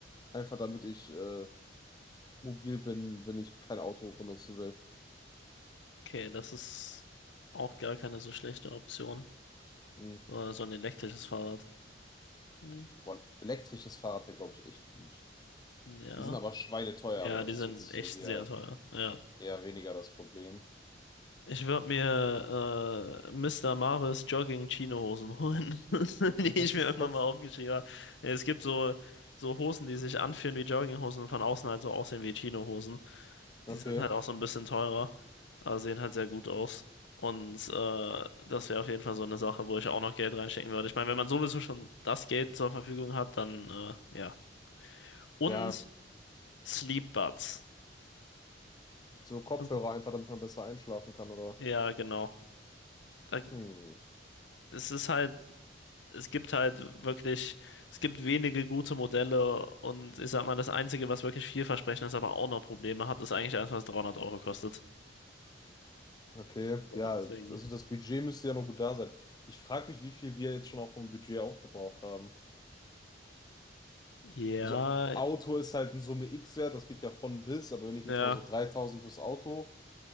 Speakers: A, on the left (about 20°); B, on the left (about 75°).
A: Einfach damit ich äh, mobil bin, wenn ich kein Auto benutzen will.
B: okay, das ist auch gar keine so schlechte Option.
A: Hm.
B: So so ein elektrisches Fahrrad. Hm,
A: Boah, ein elektrisches Fahrrad wäre, glaube ich, echt gut.
B: ja.
A: Die sind aber schweineteuer,
B: Ja,
A: aber das
B: die
A: ist
B: sind
A: jetzt
B: echt
A: ja hier
B: sehr teuer. Ja.
A: eher weniger das Problem.
B: Ich würde mir äh, Mr. Marvis Jogging-Chino-Hosen holen, <laughs> die
A: Was
B: ich mir
A: ist
B: irgendwann
A: das?
B: mal aufgeschrieben habe. Ja, Es gibt so, so Hosen, die sich anfühlen wie Jogginghosen und von außen halt so aussehen wie Chino-Hosen.
A: Okay.
B: Die sind halt auch so ein bisschen teurer, aber sehen halt sehr gut aus. Und äh, das wäre auf jeden Fall so eine Sache, wo ich auch noch Geld reinstecken würde. Ich meine, wenn man sowieso schon das Geld zur Verfügung hat, dann äh, ja. Und
A: Ja,
B: Sleep Buds.
A: so Kopfhörer
B: Also,
A: einfach, damit man besser einschlafen kann, oder?
B: ja, genau. Da,
A: Hm.
B: es ist halt es gibt halt wirklich, es gibt wenige gute Modelle und ich sag mal, das Einzige, was wirklich vielversprechend ist, aber auch noch Probleme hat, ist eigentlich eins, was 300 Euro kostet.
A: Okay.
B: Boah,
A: Ja,
B: deswegen.
A: also das Budget müsste ja noch gut da sein. Ich frage mich, wie viel wir jetzt schon auch vom Budget aufgebraucht haben.
B: Ja,
A: Also Auto ist halt ein Summe X-Wert, das geht ja von bis, aber wenn ich
B: ja,
A: jetzt mal so 3000 fürs Auto.